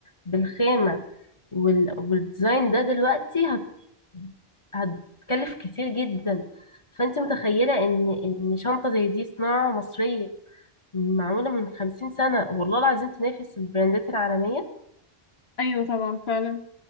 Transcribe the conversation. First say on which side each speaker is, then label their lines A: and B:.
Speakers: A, on the left (about 30°); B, on the left (about 85°).
A: بالخامة وال... والديزاين ده دلوقتي هت... هتكلف كتير جدا فانت متخيلة ان ان شنطة زي دي صناعة مصرية معمولة من خمسين سنة والله العظيم تنافس البراندات العالمية
B: ايوه طبعا فعلا